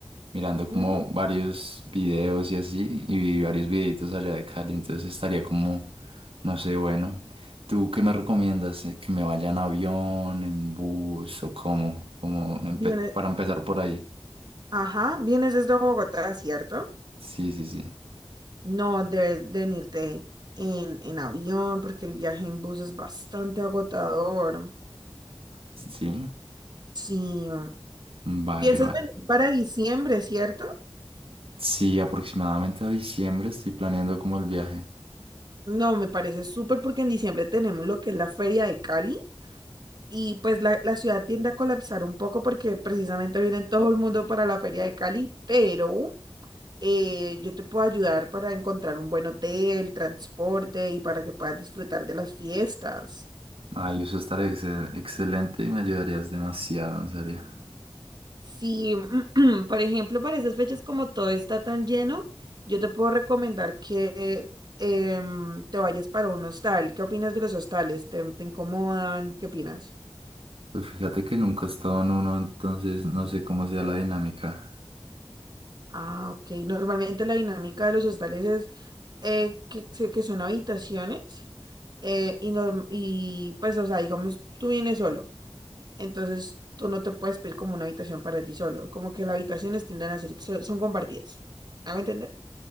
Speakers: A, on the right; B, on the right.
A: mirando como
B: Ujú.
A: varios videos y así, y vi varios videitos allá de Cali, entonces estaría como, no sé, bueno, ¿tú qué me recomiendas? ¿Eh, ¿Que me vaya en avión, en bus o cómo? Como empe-
B: Vienes,
A: para empezar por ahí.
B: ajá, vienes desde Bogotá, ¿cierto?
A: Sí, sí, sí.
B: No debes venirte en, en avión porque el viaje en bus es bastante agotador.
A: Sí,
B: Sí.
A: vale,
B: ¿Piensas
A: vale.
B: venir para diciembre, cierto?
A: Sí, aproximadamente a diciembre estoy planeando como el viaje.
B: No, me parece súper porque en diciembre tenemos lo que es la Feria de Cali y pues la, la ciudad tiende a colapsar un poco porque precisamente viene todo el mundo para la Feria de Cali, pero eh, yo te puedo ayudar para encontrar un buen hotel, transporte y para que puedas disfrutar de las fiestas.
A: Ay, eso estaría excel- excelente y me ayudarías demasiado, en serio.
B: Si, <clears throat> por ejemplo, para esas fechas como todo está tan lleno, yo te puedo recomendar que em, te vayas para un hostal. ¿Qué opinas de los hostales? ¿Te, te incomodan? ¿Qué opinas?
A: Pues fíjate que nunca he estado en uno, entonces no sé cómo sea la dinámica.
B: Ah, ok. Normalmente la dinámica de los hostales es eh, que, se- que son habitaciones eh, y, norm- y pues, o sea, digamos, tú vienes solo. Entonces, tú no te puedes pedir como una habitación para ti solo. Como que las habitaciones tienden a ser, son son compartidas. ¿Me hago entender?